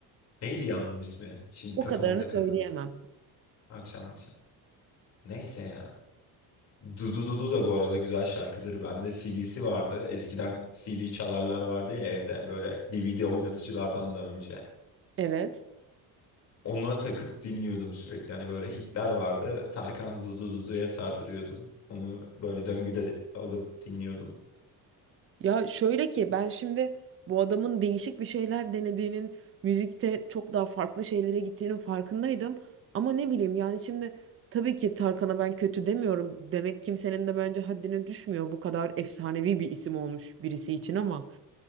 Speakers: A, on the left (about 45°); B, on the right (about 35°).
A: Neydi ya onun ismi? Şimdi
B: O
A: kafama
B: kadarını
A: takıldı.
B: söyleyemem.
A: Akşam akşam. Neyse ya. Dudu Dudu da bu arada güzel şarkıdır. Bende CD'si vardı. Eskiden CD çalarlar vardı ya evde böyle DVD oynatıcılardan da önce.
B: Evet.
A: Ona takıp dinliyordum sürekli. Hani böyle hitler vardı. Tarkan Dudu Dudu'ya sardırıyordum. Onu böyle döngüde de- alıp dinliyordum.
B: Ya şöyle ki ben şimdi bu adamın değişik bir şeyler denediğinin müzikte çok daha farklı şeylere gittiğinin farkındaydım. Ama ne bileyim yani şimdi tabii ki Tarkan'a ben kötü demiyorum. Demek kimsenin de bence haddine düşmüyor bu kadar efsanevi bir isim olmuş birisi için ama